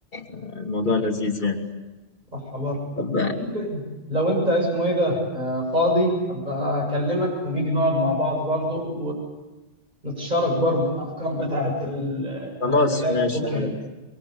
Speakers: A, on the left (about 40°); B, on the right (about 35°).
A: الموضوع لذيذ يعني
B: صح برضه
A: طب
B: ممكن لو انت اسمه ايه ده آه، فاضي ابقى اكلمك ونيجي نقعد مع بعض برضه ونتشارك برضه الافكار بتاعت ال-
A: خلاص
B: الهوايات
A: ماشي
B: وكده
A: يا حبيبي